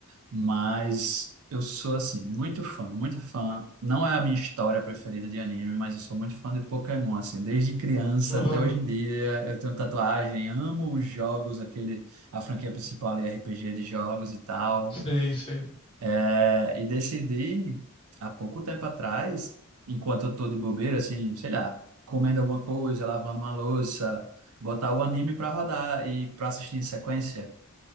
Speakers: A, on the right; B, on the left.
A: Mas eu sou, assim, muito fã, muito fã. Não é a minha história preferida de anime, mas eu sou muito fã de Pokémon, assim, desde criança
B: Aham.
A: até hoje em dia. Eu tenho tatuagem, amo os jogos, aquele, a franquia principal ali, RPG de jogos e tal.
B: Sim, sim.
A: É, e decidi, há pouco tempo atrás, enquanto eu tô de bobeira, assim, sei lá, comendo alguma coisa, lavando uma louça, botar o anime pra rodar e pra assistir em sequência.